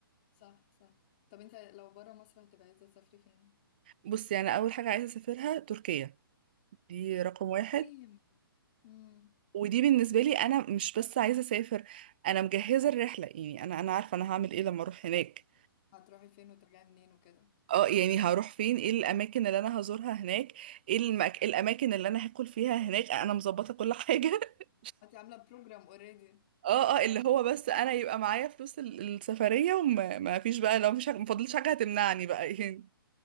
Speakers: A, on the left; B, on the right.
A: صح صح طب أنت لو برا مصر هتبقى عايزة تسافري فين؟
B: بصي انا اول حاجه عايزه اسافرها تركيا دي رقم واحد
A: سيم امم
B: ودي بالنسبه لي انا مش بس عايزه اسافر انا مجهزه الرحله يعني انا انا عارفه انا هعمل ايه لما اروح هناك
A: هتروحي فين وترجعي منين وكده
B: اه يعني هروح فين ايه الاماكن اللي انا هزورها هناك ايه المك... إيه الاماكن اللي انا هاكل فيها هناك انا مظبطه كل حاجه <laughs>
A: انت عامله بروجرام اوريدي
B: اه
A: حلو
B: اه اللي هو بس انا يبقى معايا فلوس ال- السفريه وما ما فيش بقى لو مش ه- ما فاضلش حاجه هتمنعني بقى <laughs> يعني